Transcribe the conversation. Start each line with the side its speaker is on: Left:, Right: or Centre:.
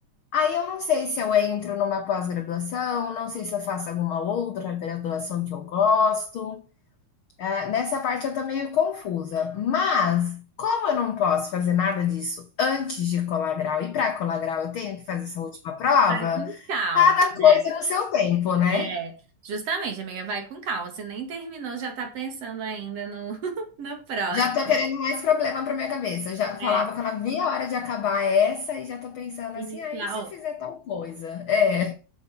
Left: Aí eu não sei se eu entro numa pós-graduação, não sei se eu faço alguma outra graduação que eu gosto. Ah, nessa parte eu tô meio confusa. Mas, como eu não posso fazer nada disso antes de colar grau, e para colar grau eu tenho que fazer essa última prova,
Right: Vai com calma,
Left: cada
Right: né?
Left: coisa no seu tempo, né?
Right: É, justamente, amiga, vai com calma. Você nem terminou, já tá pensando ainda no, <laughs> no próximo.
Left: Já tô querendo mais problema pra minha cabeça. Eu já falava
Right: É,
Left: que eu não via a hora de acabar essa e já tô pensando
Right: iniciar
Left: assim: "Ah, e se
Right: outro.
Left: eu fizer tal coisa?". É,